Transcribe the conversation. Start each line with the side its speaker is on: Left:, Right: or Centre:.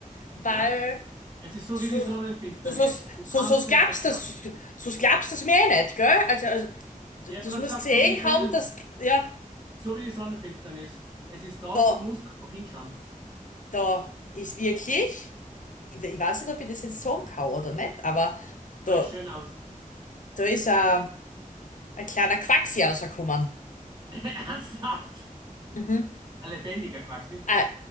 Left: Weil
Right: Ja. Es ist so
Left: so,
Right: wie die Sonnenfinsternis.
Left: so, so,
Right: Du
Left: so,
Right: kannst
Left: so
Right: nicht
Left: glaubst
Right: wegschauen.
Left: du das, so glaubst du das mir eh nicht, gell? Also, also d-
Right: Ich habe
Left: das
Right: gerade
Left: muss
Right: gesagt,
Left: gesehen
Right: so wie die Sonnen,
Left: haben, dass, ja,
Right: so wie die Sonnenfinsternis. Es ist da,
Left: da,
Right: du musst einfach hinschauen.
Left: da ist wirklich, ich, ich weiß nicht, ob ich das jetzt sagen kann oder nicht, aber da,
Right: Drück's schön aus.
Left: da ist ein, ein kleiner Quacksi rausgekommen.
Right: <laughs> Ernsthaft?
Left: Mhm.
Right: Ein lebendiger Quaxi.
Left: äh,